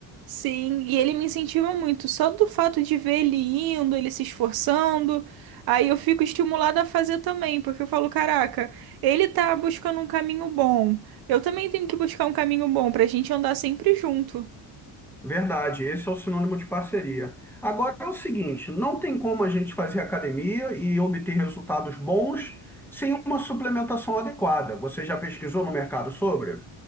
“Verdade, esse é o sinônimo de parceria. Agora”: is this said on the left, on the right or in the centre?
Centre